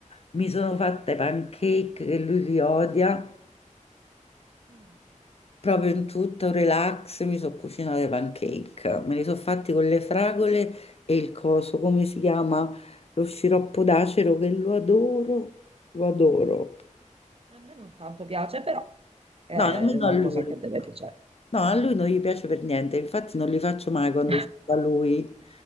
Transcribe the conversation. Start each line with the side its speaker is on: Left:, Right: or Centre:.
Left: mi sono fatta i pancake che lui li odia,
Right: Mm,
Left: proprio in tutto relax, mi sono cucinato i pancake, me li sono fatti con le fragole e il coso, come si chiama? Lo sciroppo d'acero che lo adoro, lo adoro.
Right: a me non tanto piace, però è
Left: No, nemmeno
Right: una
Left: a lui.
Right: cosa che deve piacere.
Left: No, a lui non gli piace per niente, infatti non li faccio mai quando
Right: <laughs>
Left: ci va lui,